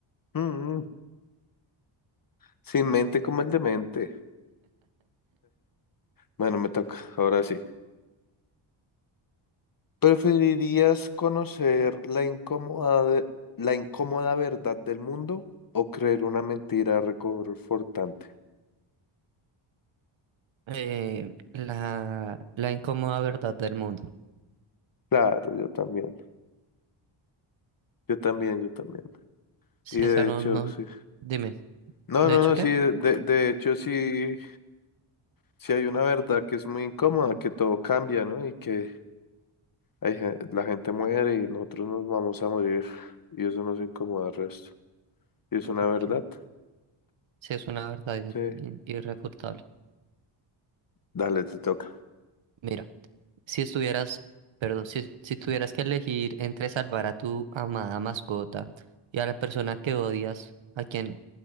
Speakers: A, on the left; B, on the right.
A: mm, sin mente como el demente. Bueno, me toca, ahora sí. ¿Preferirías conocer la incómoda, de- la incómoda verdad del mundo o creer una mentira reconfortante?
B: Eh, la, la incómoda verdad del mundo.
A: Claro, yo también, yo también, yo también.
B: Si
A: Y de
B: esa no,
A: hecho,
B: no,
A: sí.
B: dime,
A: No,
B: ¿de
A: no,
B: hecho
A: no,
B: qué?
A: sí, de, de hecho, sí, sí hay una verdad que es muy incómoda, que todo cambia, ¿no? Y que Hay gen- la gente muere y nosotros nos vamos a morir y eso nos incomoda al resto. Y es una
B: Ok.
A: verdad.
B: Si es una verdad in-
A: Sí.
B: in- irrefutable.
A: Dale, te toca.
B: Mira, si estuvieras, perdón, si, si tuvieras que elegir entre salvar a tu amada mascota y a la persona que odias, ¿a quién